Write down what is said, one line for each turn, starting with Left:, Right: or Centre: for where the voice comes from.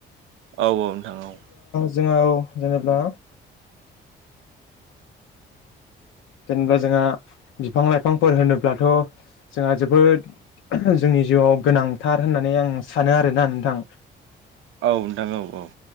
Right: औ औ नोंथां औ
Left: जोङो जेनेबा जेनेबा जोंहा बिफां लाइफांफोर होनोब्लाथ' जोंहा जोबोद जोंनि जिउआव गोनांथार होननानै आं सानो आरोना नोंथां।
Right: औ नोंथां औ औ